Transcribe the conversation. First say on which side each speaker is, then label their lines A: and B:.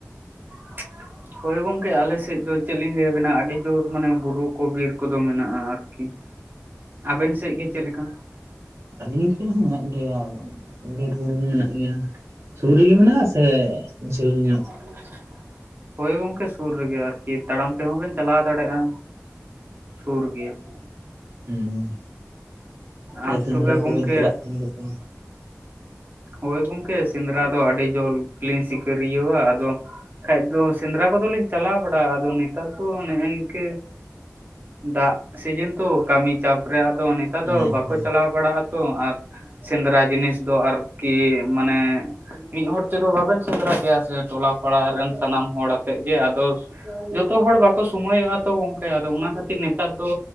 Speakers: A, on the right (about 40°); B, on the right (about 65°).
A: <inaudible> ᱦᱳᱭ ᱜᱚᱝᱠᱮ ᱟᱞᱮ ᱥᱮᱡ ᱫᱚ ᱪᱮᱫ ᱞᱤᱧ ᱞᱟᱹᱭ ᱟᱵᱮᱱᱟ ᱟᱰᱤ ᱡᱳᱨ ᱢᱟᱱᱮ ᱵᱩᱨᱩ ᱠᱚ ᱵᱤᱨ ᱠᱚᱫᱚ ᱢᱮᱱᱟᱜᱼᱟ, ᱟᱨᱠᱤ ᱾ ᱟᱵᱮᱱ ᱥᱮᱡ ᱜᱮ ᱪᱮᱫ ᱞᱮᱠᱟ?
B: ᱟᱞᱤᱧ ᱥᱮᱜ ᱦᱚᱸ ᱢᱮᱱᱟᱜ ᱜᱮᱭᱟ ᱾ ᱵᱤᱨᱵᱩᱨᱩ ᱦᱚᱸ ᱢᱮᱱᱟᱜ ᱜᱮᱭᱟ ᱾ ᱥᱩᱨ ᱨᱮᱜᱮ ᱢᱮᱱᱟᱜᱼᱟ ᱥᱮ ᱡᱷᱟᱹᱞ ᱧᱚᱜ?
A: <inaudible> ᱦᱳᱭ ᱜᱚᱝᱠᱮ ᱥᱩᱨ ᱨᱮᱜᱮ ᱟᱨᱠᱤ ᱛᱟᱲᱟᱢ ᱛᱮᱦᱚᱸ ᱵᱮᱱ ᱪᱟᱞᱟᱣ ᱫᱟᱲᱮᱜᱼᱟ, ᱥᱩᱨ ᱜᱮᱭᱟ ᱾
B: ᱦᱩᱸ ᱦᱩᱸ ᱛᱮ
A: ᱟᱨ
B: ᱥᱮᱸᱫᱽᱨᱟ
A: ᱛᱚᱵᱮ ᱜᱚᱝᱠᱮ
B: ᱠᱚ ᱵᱤᱱ ᱪᱟᱞᱟᱜ ᱠᱟᱱ ᱜᱮᱭᱟ ᱥᱮ ᱵᱟᱝ?
A: ᱦᱳᱭ ᱜᱚᱝᱠᱮ ᱥᱮᱸᱫᱽᱨᱟ ᱫᱚ ᱟᱰᱤ ᱡᱳᱞ ᱜᱮᱞᱤᱧ ᱥᱤᱠᱟᱹᱨᱤᱭᱟᱹᱣᱟ, ᱟᱫᱚ ᱠᱷᱟᱡ ᱫᱚ ᱥᱮᱸᱫᱽᱨᱟ ᱠᱚᱫᱚ ᱞᱤᱧ ᱪᱟᱞᱟᱣ ᱵᱟᱰᱟᱜᱼᱟ, ᱟᱫᱚ ᱱᱮᱛᱟᱨ ᱫᱚ ᱱᱮᱜᱼᱮ ᱱᱤᱝᱠᱟᱹ ᱫᱟᱜ ᱥᱤᱡᱤᱱ ᱛᱚ ᱠᱟᱹᱢᱤ ᱪᱟᱯ ᱨᱮ ᱟᱫᱚ ᱱᱤᱛ ᱛᱟᱨ
B: ᱦᱮᱸ
A: ᱫᱚ ᱵᱟᱠᱚ
B: ᱦᱮᱸ
A: ᱪᱟᱞᱟᱣ ᱵᱟᱲᱟᱜ ᱟ ᱛᱚ ᱟᱨ ᱥᱮᱸᱫᱽᱨᱟ ᱡᱤᱱᱤᱥ ᱫᱚ ᱟᱨᱠᱤ ᱢᱟᱱᱮ ᱢᱤᱫ ᱦᱚᱲ ᱛᱮᱫᱚ ᱵᱟᱵᱮᱱ ᱥᱮᱸᱫᱽᱨᱟ ᱠᱮᱭᱟ ᱥᱮ ᱴᱚᱞᱟ ᱯᱟᱲᱟ ᱨᱮᱱ ᱥᱟᱱᱟᱢ ᱦᱚᱲ ᱟᱛᱮᱜ ᱜᱮ ᱟᱫᱚ ᱡᱚᱛᱚ ᱦᱚᱲ ᱵᱟᱠᱚ ᱥᱩ ᱥᱳᱢᱳᱭᱚᱜ-ᱟ ᱛᱚ ᱜᱚᱝᱠᱮ ᱟᱫᱚ ᱚᱱᱟ ᱠᱷᱟᱹᱛᱤᱨ ᱱᱮᱛᱟᱨ ᱫᱚ